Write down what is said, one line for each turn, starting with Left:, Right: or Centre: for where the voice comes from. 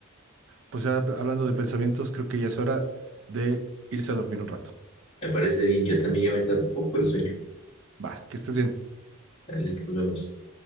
Right: Pues ya hablando de pensamientos, creo que ya es hora de irse a dormir un rato.
Left: Me parece bien. Yo también ya me está un poco de sueño.
Right: Va, que estés bien.
Left: Dale, nos vemos.